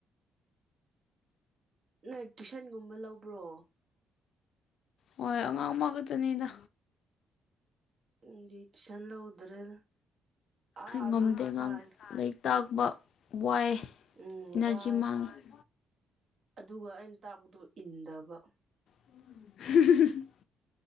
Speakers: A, on the right (about 55°); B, on the left (about 70°).
A: ꯅꯪ ꯇꯨꯏꯁꯟꯒꯨꯝꯕ ꯂꯧꯕ꯭ꯔꯣ
B: ꯍꯣꯏ ꯑꯉꯥꯡ ꯑꯃ ꯈꯛꯇꯅꯤꯗ
A: ꯎꯗꯤ ꯇꯨꯏꯁꯟ ꯂꯧꯗ꯭ꯔꯦꯗ ꯑꯥ
B: ꯉꯝꯗꯦ
A: ꯃꯤꯗ
B: ꯑꯉꯥꯡ
A: ꯊꯥꯈ꯭ꯔꯦ
B: ꯂꯥꯏꯔꯤꯛ ꯇꯥꯛꯄ ꯋꯥꯏ
A: ꯎꯝ
B: ꯏꯅꯔꯖꯤ
A: ꯋꯥꯏ
B: ꯃꯥꯡꯉꯤ
A: ꯑꯗꯨꯒ ꯑꯩꯅ ꯇꯥꯛꯄꯗꯣ ꯏꯟꯗꯕ
B: <unintelligible>